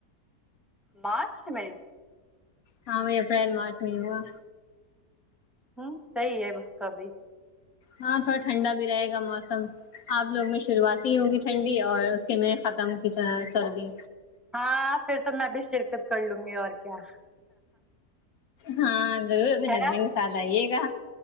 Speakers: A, in the centre; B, on the left (about 65°).
A: مارچ میں
B: ہ اپریل مارچ میں ہووا
A: ہوں صحیح ہے اس کا بھی
B: ہاں تھوڑا ٹھنڈا بھی رہے گا موسم آپ لوگ میں شروعات ہی ہوگی ٹھنڈی اور اس کے میں ختم کی سردی
A: ہاں پھر تو میں ابھی شرکت کر لوں گی اور کیا
B: ہاں ضرور اپنے ہسبینڈ
A: نا
B: کے ساتھ آئیے گا